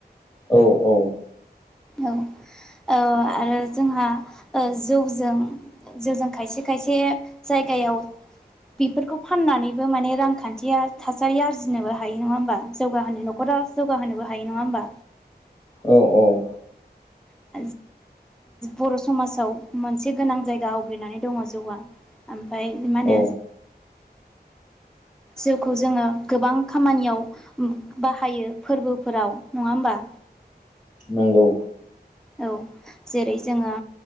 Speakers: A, on the left; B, in the centre.
A: औ औ
B: औ औ आरो जोंहा ओ जौजों जौजों खायसे खायसे जायगायाव बेफोरखौ फाननानैबो माने रांखान्थिया थासारि आरजिनोबो हायो नङा होमबा जौगाहोनो न'खरा जौगा होनोबो हायो नङा होमबा?
A: औ औ
B: <unintelligible> बर' समाजाव मोनसे गोनां जायगा आवग्रिनानै दङ जौआ। ओमफ्राय मा होनो
A: औ
B: जौखौ जोङो गोबां खामानियाव बाहायो फोरबोफोराव नङा होमबा?
A: नंगौ
B: औ जेरै जोङो